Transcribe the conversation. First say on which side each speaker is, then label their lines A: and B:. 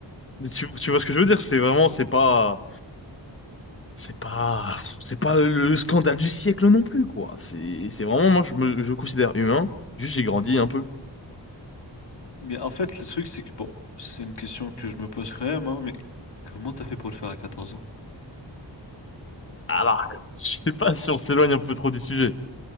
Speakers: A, on the left (about 30°); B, on the left (about 60°).
A: Tu, tu vois ce que je veux dire? C'est vraiment, c'est pas, c'est pas, c'est pas le scandale du siècle non plus, quoi. C'est, c'est vraiment, moi, je me, je considère humain. Juste, j'ai grandi un peu.
B: Mais en fait, le truc, c'est que bon, c'est une question que je me pose quand même, hein, mais comment t'as fait pour le faire à 14 ans?
A: Alors, <laughs> je sais pas si on s'éloigne un peu trop du sujet.